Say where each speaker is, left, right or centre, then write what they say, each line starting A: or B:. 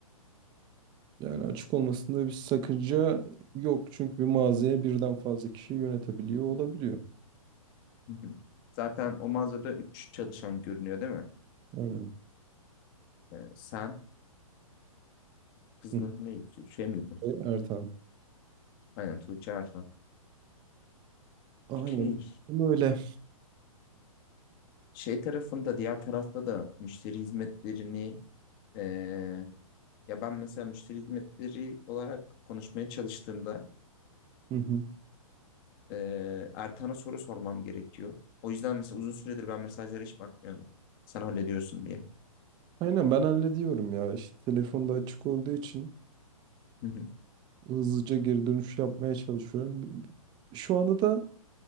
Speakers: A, on the right; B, on the left.
A: Yani açık olmasında bir sakınca yok. Çünkü bir mağazaya birden fazla kişi yönetebiliyor olabiliyor.
B: Hı hı. Zaten o mağazada 3 çalışan görünüyor değil mi?
A: Aynen.
B: Ee, sen kızın
A: Hı.
B: adı neydi? Tuğçe miydi?
A: E, Ertan.
B: Aynen Tuğçe Artan.
A: Aynen.
B: Şey,
A: Ama Öyle.
B: şey tarafında diğer tarafta da müşteri hizmetlerini ee, ya ben mesela müşteri hizmetleri olarak konuşmaya çalıştığımda
A: Hı hı.
B: ee, Ertan'a soru sormam gerekiyor. O yüzden mesela uzun süredir ben mesajlara hiç bakmıyordum. Sen hallediyorsun diye.
A: Aynen ben hallediyorum ya. İşte telefonda açık olduğu için
B: Hı hı,
A: hızlıca geri dönüş yapmaya çalışıyorum. Şu anda da